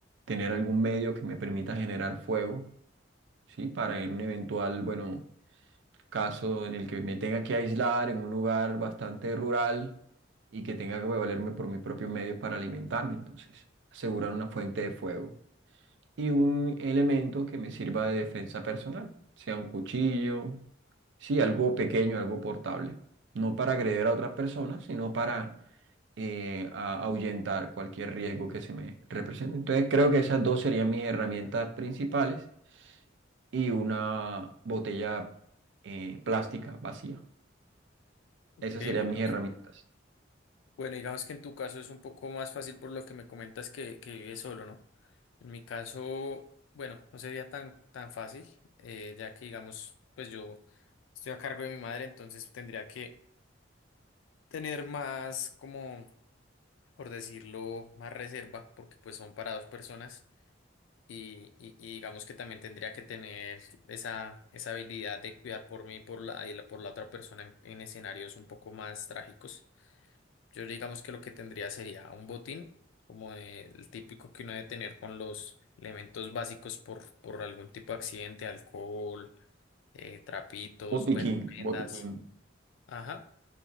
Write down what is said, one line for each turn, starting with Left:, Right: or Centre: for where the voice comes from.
Right: tener algún medio que me permita generar fuego, ¿sí? Para en un eventual, bueno, caso en el que me tenga que aislar en un lugar bastante rural y que tenga que valerme por mis propios medios para alimentarme, entonces, asegurar una fuente de fuego y un elemento que me sirva de defensa personal, sea un cuchillo, sí, algo pequeño, algo portable, no para agreder a otras personas, sino para eh, a- ahuyentar cualquier riesgo que se me represente. Entonces creo que esas dos serían mis herramientas principales y una botella eh, plástica vacía.
Left: ok,
Right: Esas serían
Left: bueno.
Right: mis herramientas.
Left: Bueno, digamos que en tu caso es un poco más fácil por lo que me comentas que, que vives solo, ¿no? En mi caso, bueno, no sería tan, tan fácil, eh, ya que digamos, pues yo estoy a cargo de mi madre, entonces tendría que tener más, como, por decirlo, más reserva, porque pues son para dos personas y, y- y digamos que también tendría que tener esa, esa habilidad de cuidar por mí y por la, y la- por la otra persona en en escenarios un poco más trágicos. Yo digamos que lo que tendría sería un botín, como de- el típico que uno debe tener con los elementos básicos por, por algún tipo de accidente, alcohol, eh, trapitos,
Right: Botiquín,
Left: bueno,
Right: botiquín.
Left: vendas Ajá.